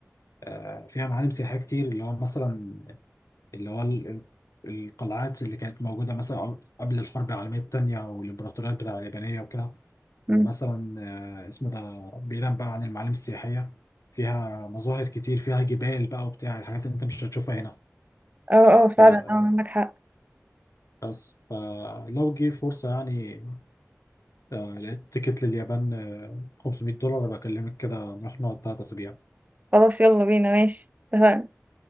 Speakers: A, on the left; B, on the right.
A: آه، فيها معالم سياحية كتير اللي هو مثلا اللي هو ال- ال- القلعات اللي كانت موجودة مثلا قبل الحرب العالمية التانية والإمبراطوريات بتاع اليابانية وكده ومثلا
B: أمم.
A: آه، اسمه ده بعيدا بقى عن المعالم السياحية فيها مظاهر كتير فيها جبال بقى وبتاع الحاجات اللي انت مش هتشوفها هنا
B: اه اه فعلا
A: آه،
B: اه عندك حق
A: بس فلو جه فرصة يعني آه، لقيت تيكت لليابان آه، 500 دولار بكلمك كده نروح نقعد تلات أسابيع
B: خلاص يلا بينا ماشي اتفقنا